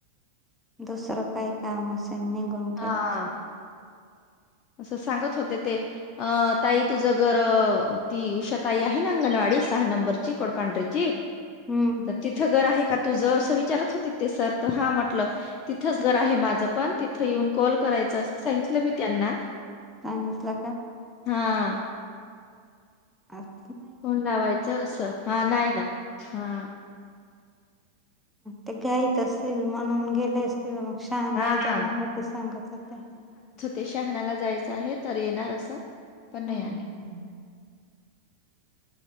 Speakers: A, in the centre; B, on the left.
A: दुसरं काही काम असेल निघून
B: हा.
A: घलं.
B: असं सांगत होते ते. अ, ताई तुझं घर अ ती उषााताई आहे. ना अंगणवाडी सहा नंबरची कोडपांढरीची. ची,
A: हम्म,
B: तिथं घर तुझं आहे तुझ असं विचारत होते. ते सर हा म्हटले ती थच. घर आहे. माझं पण तिथं येऊन कॉल करायचं अस सांगितलं मी त्यांना.
A: सांगितलं का?
B: हा.
A: आ
B: फोन लावायचं असं, हा नाही ना. हा
A: ते घाईत असतील, म्हणून गेले असतील. मग शहाण्याला
B: हा
A: जाणार ते सांगत होते
B: ते शहाणाला जायचं आहे तर येणार असं पण
A: हम्म
B: नाही आले.